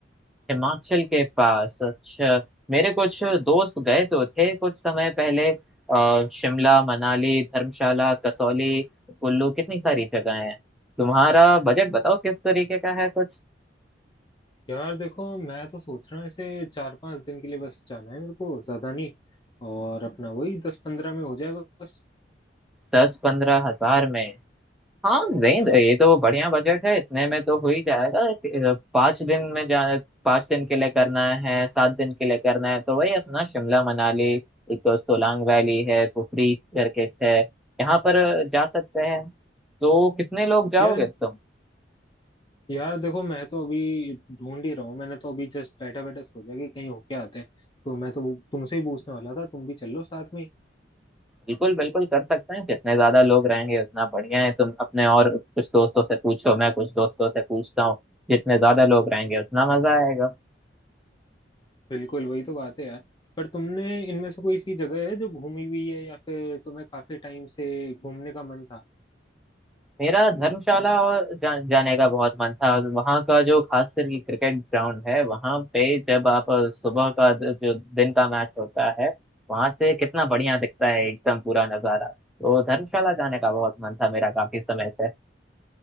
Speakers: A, in the centre; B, on the left.
A: हिमाचल के पास अच्छा मेरे कुछ दोस्त गए तो थे कुछ समय पहले अ, शिमला मनाली धर्मशाला कसौली कुल्लू कितनी सारी जगह हैं तुम्हारा बजट बताओ किस तरीके का है कुछ
B: यार देखो मैं तो सोच रहा हूँ ऐसे चार पांच दिन के लिए बस जाना है मेरे को ज्यादा नहीं और अपना वही दस पंद्रह में हो जाए बस
A: दस पंद्रह हजार में हाँ नहीं
B: हाँ
A: ये तो बढ़िया बजट है इतने में तो हो ही जाएगा अ, पाँच दिन में जा पाँच दिन के लिए करना है सात दिन के लिए करना है तो वही अपना शिमला मनाली एक तो सोलांग वैली है कुफरी करके है यहाँ पर जा सकते हैं तो कितने लोग जाओगे
B: यार
A: तुम
B: यार देखो मैं तो अभी ढूंढ ही रहा हूँ मैंने तो अभी जस्ट बैठा बैठा सोचा कि कहीं होके आते हैं तो मैं तो वो- तुमसे ही पूछने वाला था तुम भी चलो साथ में ही।
A: बिल्कुल बिल्कुल कर सकते हैं जितने ज्यादा लोग रहेंगे उतना बढ़िया है तुम अपने और कुछ दोस्तों से पूछो मैं कुछ दोस्तों से पूछता हूँ जितने ज्यादा लोग रहेंगे उतना मजा आएगा
B: बिल्कुल वही तो बात है यार पर तुमने इनमें से कोई सी जगह है जो घूमी हुई है या फिर तुम्हें काफी टाइम से घूमने का मन था
A: मेरा धर्मशाला और जा, जाने का बहुत मन था वहाँ का जो खास करके क्रिकेट ग्राउंड है वहाँ पे जब आप सुबह का द- जो दिन का मैच होता है वहाँ से कितना बढ़िया दिखता है एकदम पूरा नज़ारा तो धर्मशाला जाने का बहुत मन था मेरा काफी समय से